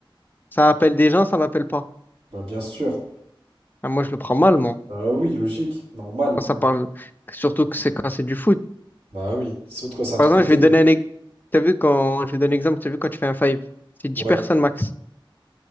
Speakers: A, on the left; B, on the right.
A: ça appelle des gens, ça m'appelle pas.
B: bah bien sûr.
A: Ah, moi, je le prends mal, moi,
B: Bah oui, logique, normal.
A: quand ça parle, surtout que c'est quand c'est du foot.
B: Bah oui, surtout quand c'est un
A: Par
B: truc
A: exemple,
B: que t'aimes.
A: je vais donner un, ex- t'as vu quand, je vais donner un exemple, t'as vu quand tu fais un five, c'est dix
B: Ouais,
A: personnes max.